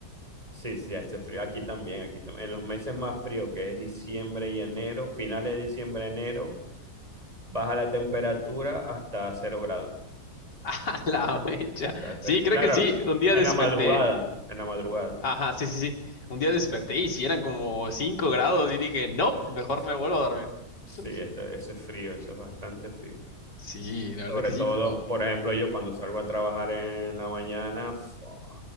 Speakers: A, on the right; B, on the left.
A: Sí, sí, hace frío. Aquí también, aquí también. En los meses más fríos, que es diciembre y enero, finales de diciembre, enero, baja la temperatura hasta cero grados.
B: <laughs> A la mecha.
A: Hasta
B: Sí,
A: cero-
B: creo
A: Claro,
B: que sí. Un día
A: en
B: desperté.
A: la madrugada, en la madrugada.
B: Ajá, sí, sí, sí. Un día desperté y si eran como 5 grados y dije, no,
A: Sí,
B: mejor
A: sí, sí.
B: me vuelvo a dormir.
A: Sí,
B: <laughs>
A: eso, eso es frío, eso es bastante frío.
B: Sí, la verdad
A: Sobre
B: que sí,
A: todo,
B: pero
A: por ejemplo, yo cuando salgo a trabajar en la mañana, fu-